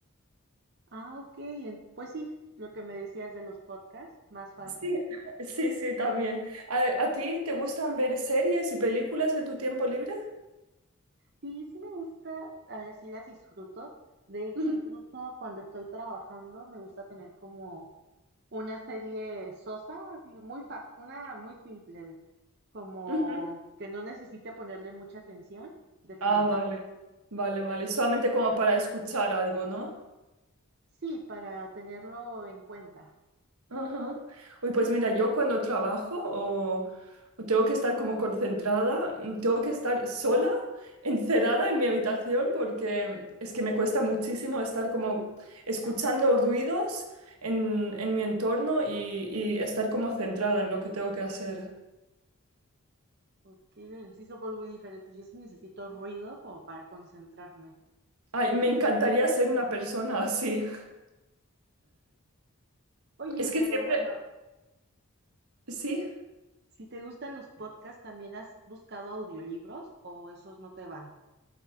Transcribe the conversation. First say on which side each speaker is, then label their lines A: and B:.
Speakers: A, on the right (about 45°); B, on the right (about 80°).
A: Ah, ok, en- pues sí, lo que me decías de los podcasts, más fácil.
B: sí, <laughs> sí, sí, también. ¿A, a ti te gustan ver series y películas en tu tiempo libre?
A: Sí, sí me gusta, eh, sí las disfruto. De hecho,
B: Ujú,
A: incluso cuando estoy trabajando, me gusta tener como Una serie sosa, así muy fa- una muy simple, como
B: ujú.
A: que no necesite ponerle mucha atención de fondo.
B: Ah, vale, vale, vale. Solamente como para escuchar algo, ¿no?
A: Sí, para tenerlo en cuenta,
B: Ajá. Uy, pues mira, yo cuando trabajo o, o tengo que estar como concentrada, mm, tengo que estar sola, <laughs> encerrada en mi habitación porque es que me cuesta muchísimo estar como escuchando ruidos en, en mi entorno y, y estar como centrada en lo que tengo que hacer.
A: porque sí somos muy diferentes. Yo sí necesito ruido como para concentrarme.
B: Ay, me encantaría ser una persona así. <laughs>
A: Oye,
B: Es que
A: pero
B: siempre,
A: bueno,
B: sí.
A: si te gustan los podcasts, ¿también has buscado audiolibros o esos no te van?